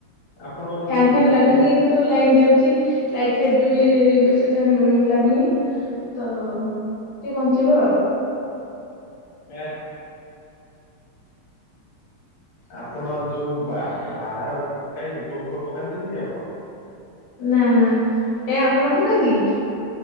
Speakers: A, on the left (about 45°); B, on the left (about 80°).
A: ଆପଣ ଯୋଉ
B: ଫନ ଫେନ୍ ଲାଗୁନି
A: ଏଇ
B: ଏ ତ ଧର ଲାଇନ୍ ଯାଉଚି ଲାଇଟ୍ ଫାଇଟ୍। ବେବି ବେଶୀ ଟାଇମ୍ ଲାଗୁନି ତ ଟିକେ ବଞ୍ଚିବ ଆଉ।
A: <unintelligible> ଆପଣ ଯୋଉ ବାହା ବାହାର କାଇଁ ହୁକ ଫୁକ ପକାନ୍ତିନି କି ଆପଣ?
B: ନା ନା ଏ ଆପଣ ପକାନ୍ତି କିି?